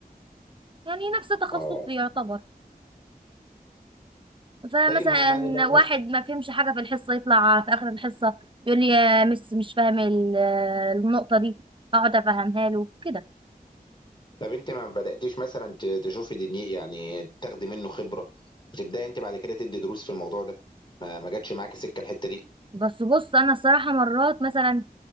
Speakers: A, on the right; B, on the left.
A: يعني نفس تخصصي
B: اه
A: يعتبر فمثلا
B: طيب ما ما, ما ما-
A: واحد ما فهمش حاجة في الحصة يطلع في آخر الحصة يقول لي يا مس مش فاهم ال- آه، النقطة دي أقعد أفهمها له كده
B: طب انت ما بداتيش مثلا ت- تشوفي دنيا يعني تاخدي منه خبرة وتبداي انت بعد كده تدي دروس في الموضوع ده ما ما جاتش معاكي سكة الحتة دي
A: بس بص أنا الصراحة مرات مثلا